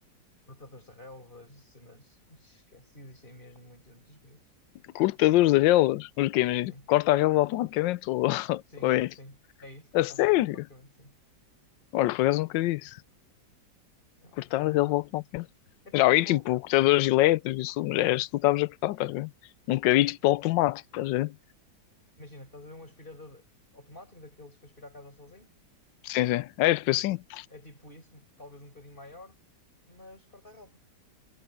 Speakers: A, on the left; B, on the left.
A: cortadores de relvas, cenas. Esquece, existem mesmo muitas, muitas coisas.
B: Cortadores de relas. Mas o quê? Imagina,
A: Sim.
B: tipo, corta a rela automaticamente ou, <laughs>
A: Sim,
B: ou é
A: sim.
B: tipo,
A: É isso, corta
B: a sério?
A: a relva automaticamente, sim.
B: Olha, por acaso nunca vi isso.
A: Yeah.
B: cortar
A: Eles...
B: relevou automaticamente.
A: É tipo
B: Mas alguém
A: um rolo.
B: tipo cortadores elétricos, isso, mas é isso que tu estavas a cortar, estás a ver? Nunca vi tipo automático, estás a ver?
A: Imagina, estás a ver um aspirador automático daqueles que aspira a casa sozinho?
B: Sim, sim. É tipo
A: Pronto.
B: assim.
A: É tipo isso, um, talvez um bocadinho maior, mas corta a relva.